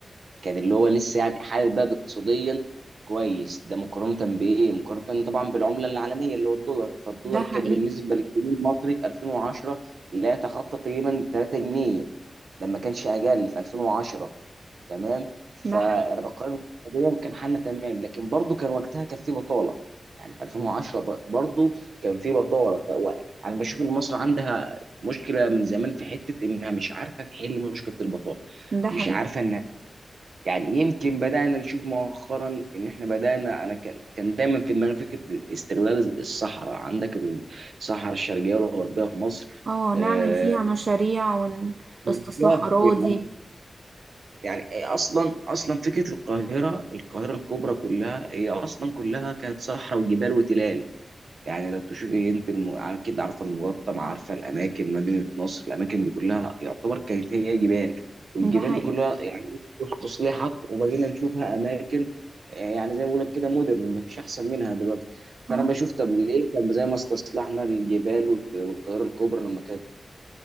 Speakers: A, on the right (about 75°); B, on the right (about 60°).
A: كان اللي هو لسه يعني حال البلد اقتصاديا كويس ده مقارنه بايه؟ مقارنه طبعا بالعمله العالميه اللي هو الدولار فالدولار
B: ده حقيقي
A: كان بالنسبه للجنيه المصري في 2010 لا يتخطى تقريبا 3 جنيه ده ما كانش اقل في 2010 تمام فانا
B: ده حقيقي
A: بقارن قضيا كان حالنا تمام لكن برضو كان وقتها كان في بطاله يعني 2010 ب- برضو كان في بطاله فانا بشوف ان مصر عندها مشكله من زمان في حته انها مش عارفه تحل مشكله البطاله
B: ده
A: مش
B: حقيقي
A: عارفه انها يعني يمكن بدانا نشوف مؤخرا ان احنا بدانا انا كان كان دايما في دماغي فكره استغلال الصحراء عندك الصحراء الشرقيه والغربيه في مصر
B: اه نعمل
A: آه،
B: فيها مشاريع
A: بالظبط
B: واستصلاح أراضي
A: يعني يعني إيه اصلا اصلا فكره القاهره القاهره الكبرى كلها هي اصلا كلها كانت صحراء وجبال وتلال يعني لو تشوفي انت الم... اكيد عارفه المقطم عارفه الاماكن مدينه نصر الاماكن دي كلها يعتبر كانت هي جبال والجبال
B: ده حقيقي
A: دي كلها يعني تصليحات وبقينا نشوفها اماكن آه، يعني زي ما بقول لك كده مودرن مفيش احسن منها دلوقتي فانا
B: اه
A: بشوف طب ليه طب زي ما استصلحنا الجبال والك- والقاهره الكبرى لما كانت